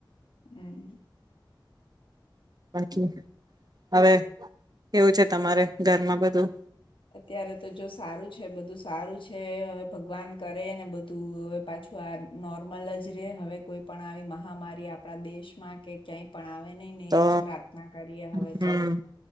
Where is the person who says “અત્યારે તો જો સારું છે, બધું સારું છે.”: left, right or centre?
Left